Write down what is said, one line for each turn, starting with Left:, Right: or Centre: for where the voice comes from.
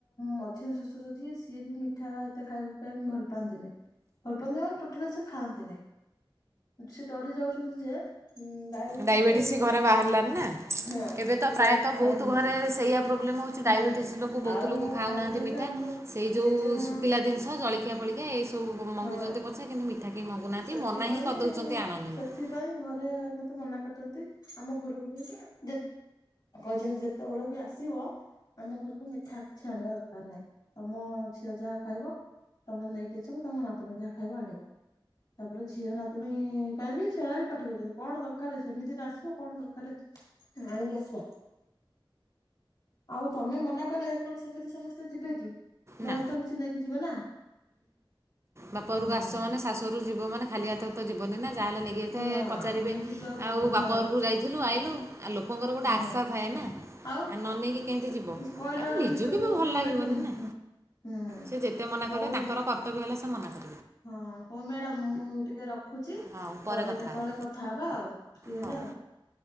Left: ମଝିଆ ଶ୍ୱଶୁର ଯିଏ ସିଏ ବି ମିଠା ଏତେ ଖାଇବା ପାଇଁ ଭଲ ପାଆନ୍ତିନି। ଭଲ ପାଆନ୍ତିନି ମାନେ ଟୋଟାଲି ସେ ଖାଆନ୍ତି ନାଇଁ। ସେ ଡରି ଯାଉଛନ୍ତି ଯେ ଉଁ ଡାଇବେଟିସ୍
Right: ଡାଇବେଟିସି
Left: ପାଇଁ ସେ ଡରିକି
Right: ଘରେ ବାହାରିଲାନି ନା
Left: ହଁ
Right: ଏବେ ତ
Left: ସେ
Right: ପ୍ରାୟତଃ
Left: ଡରିକି ଖାଉନାହାନ୍ତି।
Right: ବହୁତ ଘରେ ସେୟା ପ୍ରୋବ୍ଲେମ ହଉ କିଛି
Left: ହୁଁ
Right: ଡାଇବେଟିସି ଯୋଗୁଁ ବହୁତ
Left: ଆଉ
Right: ଲୋକ ଖାଉନାହାନ୍ତି
Left: ଖାଇ ଖାଇକା
Right: ମିଠା
Left: ଆମର
Right: ସେଇ ଯୋଉ
Left: ଜେଜେମା
Right: ଶୁଖିଲା ଜିନିଷ ଜଳିଖିଆ ଫଳିକିଆ ଏଇସବୁ ମଙ୍ଗୁଛନ୍ତି
Left: ହଁ
Right: ପଛେ କିନ୍ତୁ ମିଠା କେହି ମଙ୍ଗୁନାହାନ୍ତି
Left: ସେଥିପାଇଁ
Right: ମନା ହିଁ କରିଦେଉଛନ୍ତି ଆଣନି ବୋଲି
Left: ସେଥିପାଇଁ ଘରେ ମତେ ମନା। କରିଚନ୍ତି। ଆମ ଘରକୁ ବି ଯେତ୍ କହିଛନ୍ତି ଯେତେବେଳେ ବି ଆସିବ ଆମ ଘରକୁ ମିଠା କିଛି ଆଣିବା ଦରକାର ନାହିଁ। ତମ ଝିଅ ଯାହା ଖାଇବ ତମେ ନେଇକି ଆସିବ ତମ ନାତୁଣୀ ଯାହା ଖାଇବ ଆଣିବ। ତାପରେ ଝିଅ ନାତୁଣୀ ପାଇଁ ବି ସେଇଟା ବି ପାଟି କରୁଛନ୍ତି। କଣ ଦରକାର ସେମିତି ତ ଆସିବ କଣ ଦରକାର ଏଠି ଆଣିକି ଆସିବା। ଆଉ ତମେ ମନା କଲେ କଣ ସେମିତି ସମସ୍ତେ ଯିବେ କି? ଯାହେଲେ
Right: ନା
Left: ତ କିଛି ନେଇ କି? ଯିବେ ନା।
Right: ବାପଘରକୁ
Left: ହଁ।
Right: ଆସଚ ମାନେ ଶାଶୁ ଘରୁ ଯିବ ମାନେ ଖାଲି ହାତରେ ତ ଯିବନି ନା। ଯାହାହେଲେ ନେଇକି ଯାଇଥାଏ
Left: ନା
Right: ପଚାରିବେ
Left: ନେଇକି ଯିବାକୁ ପଡିବ
Right: ଆଉ ବାପା
Left: ହଁ
Right: ଘରକୁ ଯାଇଥିଲୁ ଆଇଲୁ ଆଉ ଲୋକଙ୍କର ଗୋଟେ
Left: ହୁଁ
Right: ଆଶା ଥାଏ ନା
Left: ଆଉ
Right: ଆ ନ ନେଇକି? କେମିତି ଯିବ
Left: କହିଲେ
Right: ଆରେ
Left: ଗୋଟେ
Right: ନିଜ
Left: ନିଜକୁ
Right: କୁ ବି ଭଲ
Left: ଇଏ
Right: ଲାଗିବନି ନା।
Left: ହୁଁ ହୁଁ
Right: ସେ ଯେତେ ମନା କରିବେ
Left: ହଉ
Right: ତାଙ୍କର କର୍ତ୍ତବ୍ୟ ହେଲା ସେ ମନାକଲା।
Left: ହଁ ହଉ ମ୍ୟାଡାମ ମୁଁ ଟିକେ ରଖୁଛି
Right: ହଉ
Left: ପରେ
Right: କଥା
Left: କେତେବେଳେ
Right: ହେବା
Left: କଥା ହବା ଆଉ ଫ୍ରି ହେଲେ
Right: ହଉ
Left: ଆଉ